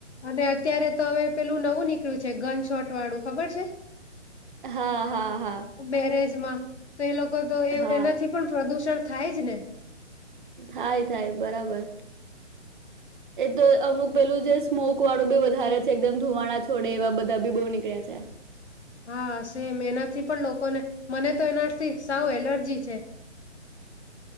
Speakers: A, on the left; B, on the right.
A: અને અત્યારે તો હવે પેલું નવું નીકળ્યું છે ગન શોટ. ટ વાડું ખબર છે.
B: હા હા હા
A: બેરેજમાં તો એ લોકો તો એ
B: હા
A: એનાથી પણ પ્રદુષણ શિક્ષણ થાય જ ને.
B: થાય થાય બરાબર એ તો અમુક પેલું જે સ્મોક વાળું બી વધારે છે એકદમ ધુવાણા છોડે એવા બધા બી બહુ નીકળ્યા છે.
A: હા સેમ એનાથી પણ લોકોને મને તો એનાથી સાવ એલર્જી છે.